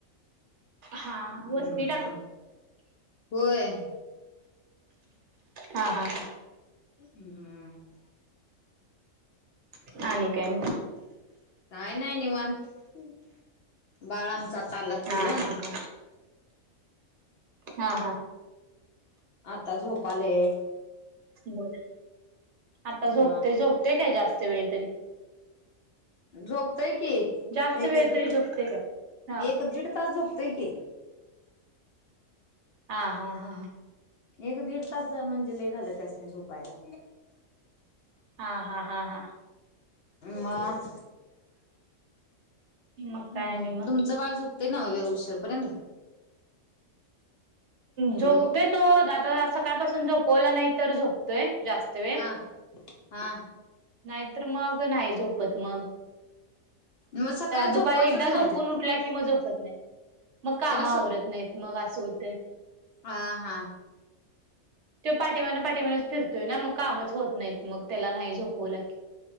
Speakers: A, on the right; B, on the left.
A: हा
B: हम्म
A: हा वस्ती
B: होय.
A: हा हा हां.
B: हम्.
A: <unintelligible>
B: काय नाही निवांत. <unintelligible> फिरू
A: हा
B: ना
A: हा हा हा हा
B: आता झोपलाय.
A: बोल आता झोपते
B: म
A: झोपते काय जास्त वेळ तरी
B: झोपतय की,
A: जास्त
B: एक
A: वेळ
B: दीड
A: तरी झोपते काय? हा
B: एक दीड तास झोपतय की.
A: हा हा हा.
B: एक दीड तास म्हणजे लय झाल त्यासनी झोपायला.
A: हा हा हा हा.
B: मग
A: मग
B: हम,
A: काय आणि मग
B: तुमचं बाळ झोपतंय न्हव लय उशरपर्यंत. हॅलो
A: झोपतोय तो. आता सकाळपासून झोपवला नाही तर झोपतोय जास्त वेळ
B: हा हा.
A: नाहीतर मग नाही झोपत मग
B: मग सकाळी
A: दुपारी
B: झोपवायचंच
A: एकदा
B: नाही
A: झोपून उठला कि, मग झोपत नाही. मग काम
B: त्याला स
A: आवरत नाहीत. मग असं होते.
B: आ हा.
A: तो पाठीमागाण पाठीमागण फिरतोय ना, मग कामच होत नाहीत. मग त्याला नाही झोपवलं की.